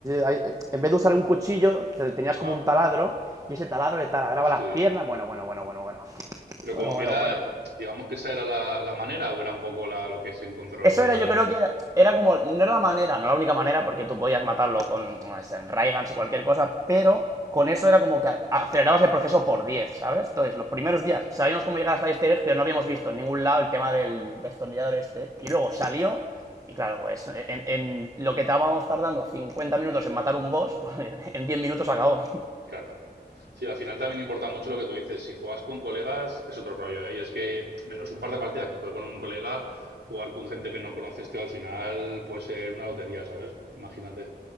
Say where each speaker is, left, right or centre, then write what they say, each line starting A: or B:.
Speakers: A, on the right; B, on the right.
A: hay- En vez de usar un cuchillo, tenías
B: Ajá.
A: como un taladro, y ese taladro le taladraba
B: Hostia.
A: las piernas. Bueno, bueno, bueno, bueno, bueno.
B: Pero como
A: Bueno, bueno,
B: que era...
A: bueno, bueno.
B: Digamos que esa era la, la manera o era un poco la, lo que se encontró...
A: Eso era, yo creo que era como. No era la manera, no la única manera, porque tú podías matarlo con no y cualquier cosa, pero con eso era como que acelerabas el proceso por 10, ¿sabes? Entonces, los primeros
B: Ujú.
A: días sabíamos cómo llegar hasta Easter egg, pero no habíamos visto en ningún lado el tema del destornillador este. Y luego salió, y claro, pues en, en lo que estábamos tardando 50 minutos en matar un boss, <laughs> pues en 10 minutos acabó.
B: Claro. Sí, al final también importa mucho lo que tú dices. Si juegas con colegas, es otro rollo, ¿eh? Yo es que, menos un par de partidas que juegue con un colega, jugar con gente que no conoces, tío, al final puede ser una lotería, ¿sabes? Imagínate.